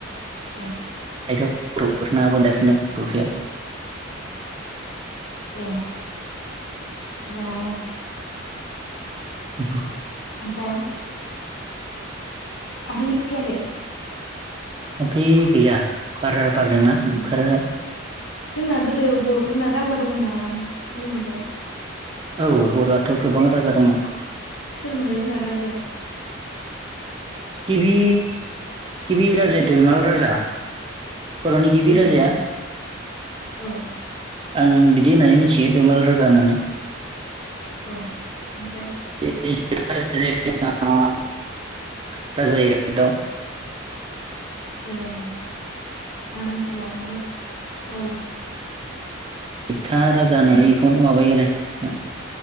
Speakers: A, on the left; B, on the right.
A: दे
B: <unintelligible> फोर ना बोनगासिनो दं फख्रियाव
A: ए मोजाङानो
B: <unintelligible>
A: ओमफ्राय थामफै फैयाखै?
B: थाबफै गैया बार बारदोंना
A: उम
B: बुखार
A: जोंना गोदो बर'फोरना राजा दंमोन नामा होनदोंमोनलाय?
B: औ बर'आथ' गोबां राजा दंमोन
A: सोरमोनलाय जोंना राजाया
B: गिबि गिबि राजाया दैमाल राजा। बर'नि गिबि
A: ए
B: राजाया
A: औ
B: आं बिदि होननानै मिथियो दैमाल राजा होननानै
A: औ ओमफ्राय?
B: <unintelligible> रखजा इरागदाव
A: ए आंहा मिथिबावामोनलै बावो
B: था राजा होनानै
A: उम
B: बेखौनो माबायो आरो